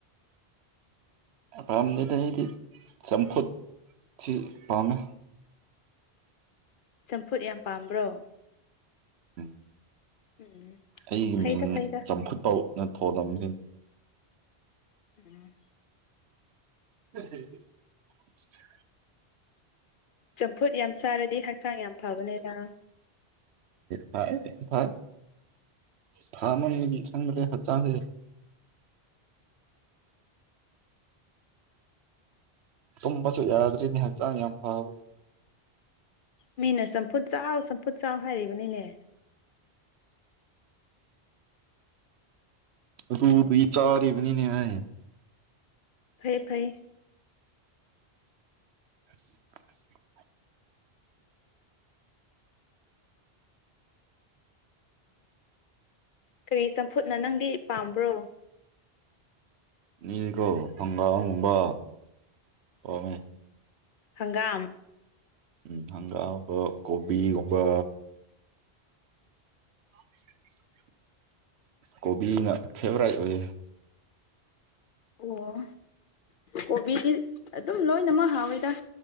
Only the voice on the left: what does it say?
ꯆꯝꯐꯨꯠ ꯌꯥꯝ ꯄꯥꯝꯕ꯭ꯔꯣ
ꯎꯝ
ꯐꯩꯗ
ꯐꯩꯗ
ꯎꯝ <inaudible>
ꯆꯝꯐꯨꯠ ꯌꯥꯝ ꯆꯥꯔꯗꯤ ꯍꯛꯆꯥꯡ ꯌꯥꯝ ꯐꯕꯅꯤꯗ
ꯃꯤꯅ ꯆꯝꯐꯨꯠ ꯆꯥꯎ ꯆꯝꯐꯨꯠ ꯆꯥꯎ ꯍꯥꯏꯔꯤꯕꯅꯤꯅꯦ
ꯐꯩ ꯐꯩ
ꯀꯔꯤ ꯆꯝꯐꯨꯠꯅ ꯅꯪꯗꯤ ꯄꯥꯝꯕ꯭ꯔꯣ
ꯍꯪꯒꯥꯝ
ꯑꯣ ꯀꯣꯕꯤꯗꯤ ꯑꯗꯨꯝ ꯂꯣꯏꯅꯃꯛ ꯍꯥꯎꯋꯦꯗ